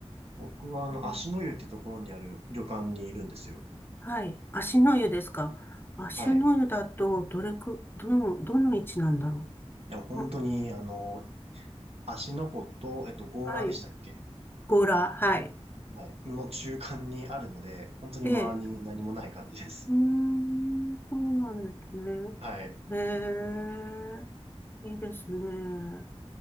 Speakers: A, on the right; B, on the left.
A: 僕はあの足の湯ってところにある旅館にいるんですよ。
B: え、うん、はい。芦の湯ですか。芦の湯だと、
A: はい。い
B: どれく、どの、どの位置なんだろ
A: や、本当に、
B: う。うん
A: あのー芦ノ湖と、えっと、強羅でしたっけ
B: はい。強羅、はい。
A: はい。の中間にあるので、本当に周りに何もない感じです。
B: ええ、うーん、そうなんですね。
A: はい。
B: ええ、いいですね。